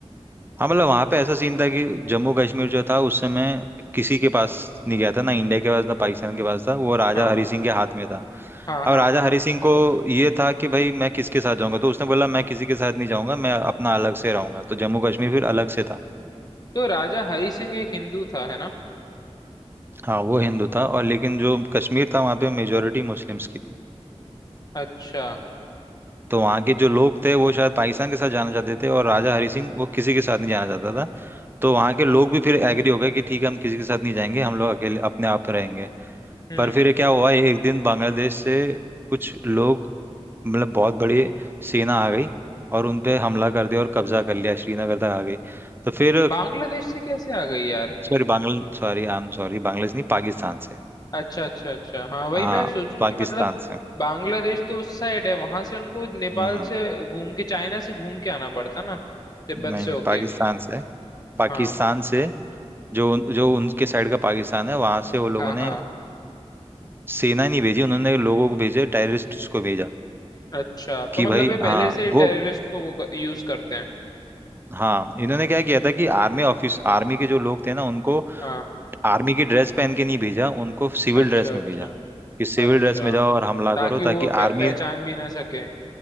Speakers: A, on the right; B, on the left.
A: हाँ मतलब वहां पे ऐसा सीन था कि जम्मू कश्मीर जो था उस समय किसी के पास नहीं गया था ना इंडिया के पास ना पाकिस्तान के पास था वो राजा
B: हाँ
A: हरी सिंह के हाथ में था
B: हाँ
A: अब
B: हाँ
A: राजा
B: हाँ
A: हरी सिंह को ये था कि भाई मैं किसके साथ जाऊंगा तो उसने बोला मैं किसी के साथ नहीं जाऊंगा मैं अपना अलग से रहूंगा तो जम्मू कश्मीर फिर अलग से था
B: तो राजा हरी सिंह एक हिंदू था है ना
A: हाँ वो हिंदू था और लेकिन जो कश्मीर था वहाँ पे मेजोरिटी मुस्लिम्स की थी
B: अच्छा
A: तो वहाँ के जो लोग थे वो शायद पाकिस्तान के साथ जाना चाहते थे और राजा हरी सिंह वो किसी के साथ नहीं जाना चाहता था तो वहाँ के लोग भी फिर एग्री हो गए कि ठीक है हम किसी के साथ नहीं जाएंगे हम लोग अकेले अपने आप रहेंगे
B: हम्म
A: पर फिर क्या हुआ एक दिन बांग्लादेश से कुछ लोग मतलब बहुत बड़ी सेना आ गई और उन पे हमला कर दिया और कब्जा कर लिया श्रीनगर तक आ गई तो फिर
B: बांग्लादेश से कैसे आ गई यार
A: sorry Bangla sorry I am sorry Bangladesh नहीं पाकिस्तान से
B: अच्छा अच्छा अच्छा हाँ वही
A: हाँ
B: मैं सोचूं
A: पाकिस्तान
B: कि मतलब
A: से
B: बांग्लादेश तो उस साइड है वहां से उनको नेपाल
A: हम्म हम्म,
B: से घूम के चाइना से घूम के आना पड़ता ना तिब्बत
A: नहीं
B: से
A: नहीं
B: होके
A: पाकिस्तान से पाकिस्तान
B: हाँ
A: से जो उन- जो उनके साइड का पाकिस्तान है वहां से वो लोगों
B: हाँ
A: ने
B: हाँ
A: सेना नहीं भेजी उन्होंने लोगों को भेजे टेररिस्ट को भेजा
B: अच्छा
A: कि
B: तो मतलब
A: भाई
B: ये पहले
A: हाँ
B: से ही
A: वो
B: टेररिस्ट को वो क, यूज करते हैं
A: हाँ इन्होंने क्या किया था कि आर्मी ऑफिस आर्मी के जो लोग थे ना उनको
B: हाँ
A: आर्मी की ड्रेस पहन के नहीं भेजा उनको सिविल
B: अच्छा
A: ड्रेस
B: अच्छा
A: में भेजा कि सिविल
B: अच्छा
A: ड्रेस में जाओ और हमला
B: ताकि
A: करो
B: वो
A: ताकि
B: प,
A: आर्मी
B: पहचान भी ना सके